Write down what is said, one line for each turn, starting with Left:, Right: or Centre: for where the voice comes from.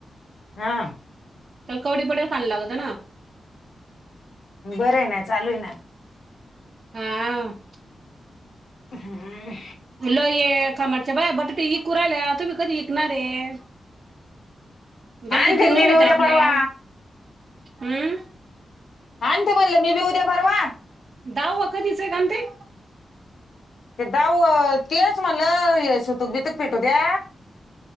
Left: हा.
Right: तरला कवडी पटेल खायला लागतं ना.
Left: बरं आहे ना चालू आहे ना.
Right: हा हा,
Left: हम.
Right: तुला ये खमाटच्या बाय बटाटे इकू राहिल्या तुम्ही कधी विकणार आहे. गल्लीत
Left: आणते
Right: दिऊऱला
Left: ना मी बी उद्या
Right: त्या आपल्या
Left: परवा
Right: हम्म,
Left: आणतू म्हणलं मी बी उद्या भरवा.
Right: धावा कधीच आहे काण ते.
Left: ते दहावं तीनच म्हणलं हे सुतुक बीथक फीटू द्या.